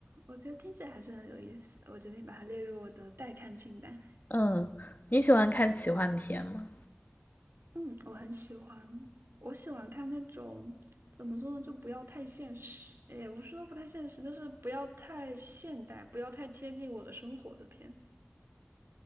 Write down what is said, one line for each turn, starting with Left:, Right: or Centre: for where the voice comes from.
Right: 我觉得听起来还是很有意思，我决定把它列入我的待看清单。
Left: 嗯，你喜欢看奇幻片吗？
Right: 嗯，我很喜欢，我喜欢看那种怎么说呢，就不要太现实。哎，我说不太现实，就是不要太现代，不要太贴近我的生活的片。